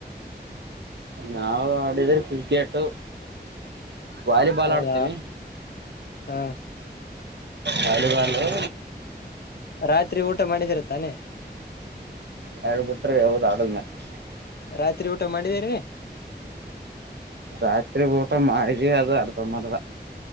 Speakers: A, on the right; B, on the left.
A: ನಾವವು ಆಡಿದ್ರ ಕರ್ಕಟು ವಾಲಿಬಾಲ್
B: ಹೌದಾ
A: ಆಡ್ತೀವಿ
B: ಹ್ಮ್
A: ವಾಲಿಬಾಲ್ ಮೆ
B: ರಾತ್ರಿ ಊಟ ಮಾಡಿದಿರ ತಾನೆ
A: ಹೇಳ್ಬಿಟ್ರಿ ಹೌದ್ ಆಡುದ್ ಮತ್ತೆ
B: ರಾತ್ರಿ ಊಟ ಮಾಡಿದೀರಿ
A: ರಾತ್ರಿ ಬೂಟ ಮಾಳ ಅದು ಅರ್ಧ ಮರ್ದ